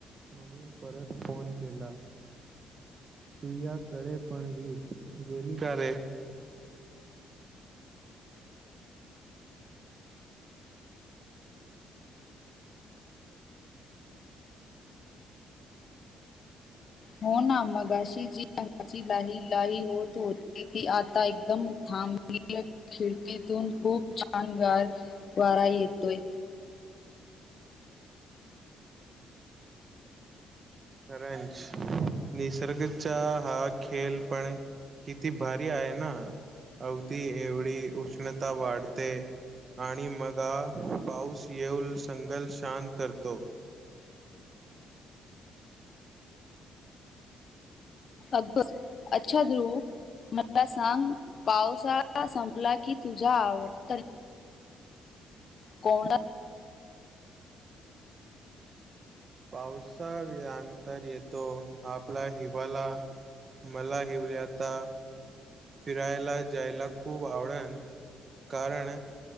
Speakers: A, on the right (about 40°); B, on the left (about 50°).
A: म्हणून परत फोन केला. तू या कडे पण वीज गेली का रे.
B: हो ना मगाशी जी अंगाची लाही लाई होत होती ती आता एकदम थांबली खिडकीतून खूप छान गार वारा येतोय.
A: खरंज निसर्गाचा हा खेळ पण किती भारी आहे ना अवदी एवढी उष्णता वाढते, आणि मगा पाऊस येऊन संगल शांत करतो.
B: अकबर अच्छा ध्रुव मला सांग पावसा संपला की तुझा आवड कोणा
A: पावसाल्यातर येतो आपला हिवाळा मला हिवल्याता फिरायला जायला खूप आवडन कारण